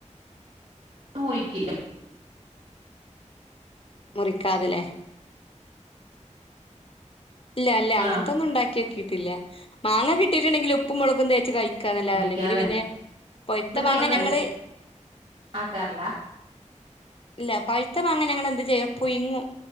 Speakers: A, on the right; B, on the left.
A: മുറിക്കില്ല
B: മുറിക്കാതല്ലേ? ഇല്ല അല്ല
A: ആ
B: അങ്ങനത്തെന്നും ഉണ്ടാക്കി ആക്കിയിട്ടില്ല മാങ്ങ കിട്ടിട്ടുണ്ടെങ്കിൽ ഉപ്പും മുളക്കും തേച്ച് കഴിക -- ക്കന്നല്ല
A: മുറിക്കാതെ
B: അല്ലെങ്കിൽ പിന്നെ പൊഴുത്ത
A: അത്
B: മാങ്ങ
A: കൈ കൊണ്ട്
B: ഞങ്ങള്
A: ആക്കാറില്ല
B: ഇല്ല പഴുത്ത മാങ്ങന ഞങ്ങൾ എന്ത് ചെയ്യും പുയ്ങ്ങും